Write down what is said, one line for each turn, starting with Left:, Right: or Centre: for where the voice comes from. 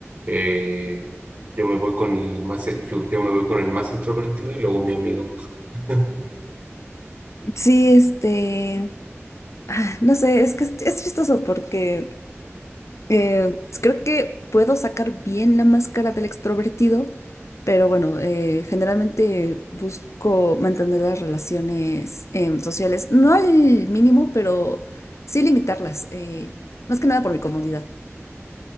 Right: eh, yo me voy con el más, yo yo me voy con el más introvertido y luego mi amigo. <laughs>
Left: Sí, este. No sé, es que es, es chistoso porque eh, creo que puedo sacar bien la máscara del extrovertido, pero bueno, eh, generalmente busco mantener las relaciones em, sociales, no al mínimo, pero sí limitarlas, eh, más que nada por mi comodidad.